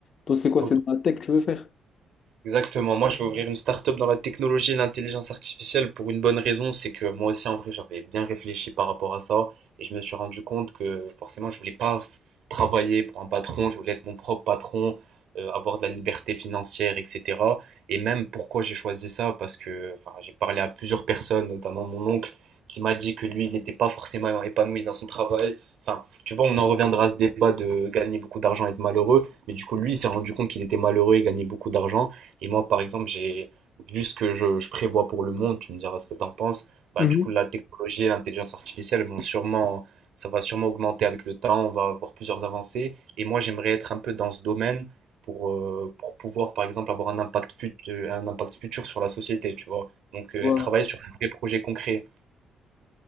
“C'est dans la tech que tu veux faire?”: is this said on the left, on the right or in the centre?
Left